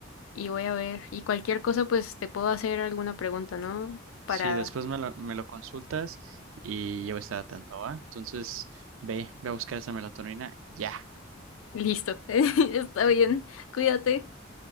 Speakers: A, on the left (about 85°); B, on the right (about 80°).
A: y voy a ver. Y cualquier cosa, pues te puedo hacer alguna pregunta, ¿no? Para...
B: Sí, después me lo, me lo consultas y yo voy a estar atento, ¿va? Entonces, ve, ve a buscar esa melatonina ya.
A: Listo. <laughs> Está bien. Cuídate.